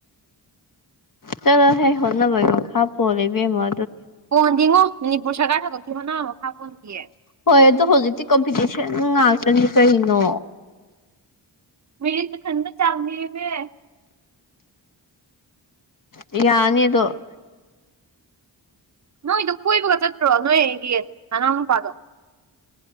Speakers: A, on the left (about 45°); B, on the right (about 40°).
A: ꯆꯠꯂꯣꯍꯦ ꯍꯣꯠꯅꯕꯩ ꯃꯈꯥ ꯄꯣꯜꯂꯤ ꯏꯕꯦꯝꯃꯥ
B: ꯄꯣꯟꯗꯦꯉꯣ ꯃꯅꯤꯄꯨꯔ ꯁꯔꯀꯥꯔꯅ ꯈꯛꯀꯤ ꯍꯣꯠꯅꯕꯩ ꯃꯈꯥ ꯄꯣꯟꯗꯤꯌꯦ
A: ꯍꯣꯏ ꯑꯗꯣ ꯍꯧꯖꯤꯛꯇꯤ ꯀꯝꯄꯤꯇꯤꯁꯟ ꯉꯥꯛꯇꯅꯤ ꯀꯩꯅꯣ
B: ꯃꯦꯔꯤꯛꯇ ꯈꯟꯕ ꯆꯥꯡ ꯅꯦꯝꯃꯦ
A: ꯌꯥꯅꯤ ꯑꯗꯣ
B: ꯅꯣꯏꯗꯣ ꯀꯣꯏꯕꯒ ꯆꯠꯇ꯭ꯔꯣ ꯅꯣꯏ ꯑꯩꯒꯤ ꯅꯅꯥꯎ ꯅꯨꯄꯥꯗꯣ